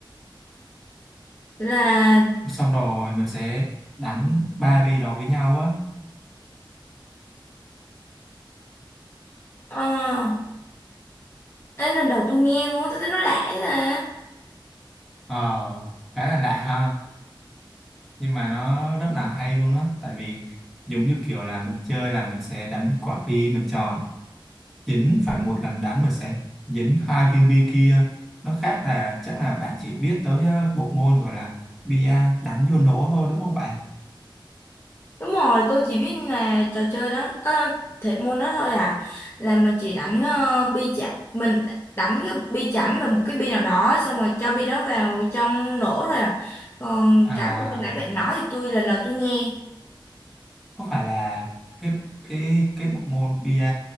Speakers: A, on the left; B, in the centre.
A: là
B: xong rồi mình sẽ đánh ba bi đó với nhau á
A: ờ ấy lần đầu tôi nghe luôn á, tôi thấy nó lạ vậy là
B: ờ, khá là lạ ha nhưng mà nó rất là hay luôn á tại vì giống như kiểu là mình chơi là mình sẽ đánh quả bi mình chọn dính phải một lần đánh mình sẽ dính hai viên bi kia nó khác là chắc là bạn chỉ biết tới ờ, bộ môn gọi là bia đánh vô nổ thôi đúng không bạn
A: đúng rồi tôi chỉ biết là trò chơi đó ờ, thể môn đó thôi à là mình chỉ đánh ờ, bi chả mình đánh cái bi chảnh và một cái bi nào đó xong rồi cho bi đó vào trong nổ rồi à còn
B: à
A: cái mà cái nãy bạn nói thì tôi lần đầu tôi nghe
B: có phải là cái cái cái bộ môn bia